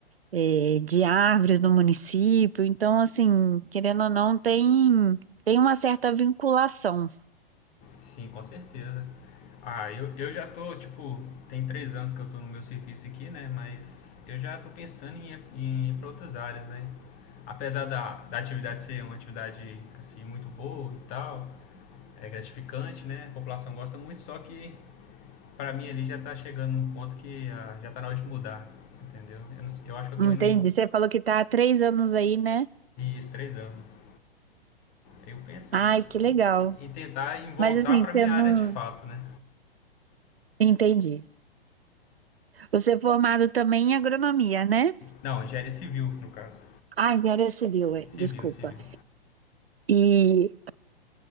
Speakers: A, on the right; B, on the left.
A: é, de árvores no município. Então, assim, querendo ou não, tem tem uma certa vinculação.
B: Sim, com certeza. Ah, eu, eu já tô, tipo, tem três anos que eu tô no meu serviço aqui, né? Mas eu já tô pensando em, ir- em ir para outras áreas, né? Apesar da, da atividade ser uma atividade, assim, muito boa e tal, é gratificante, né? A população gosta muito, só que pra mim ali já tá chegando num ponto que ah, já tá na hora de mudar, entendeu? Eu, não sei- eu acho que eu tô
A: Entende?
B: indo
A: Você falou que está há três anos aí, né?
B: isso três anos. Eu penso
A: Ai,
B: em,
A: que legal.
B: em tentar em voltar
A: Mas assim,
B: pra
A: você
B: minha
A: não.
B: área de fato, né?
A: Entendi. Você é formado também em agronomia, né?
B: Não, engenharia civil, no caso.
A: Ah, em área civil, é,
B: Civil,
A: desculpa.
B: civil.
A: E,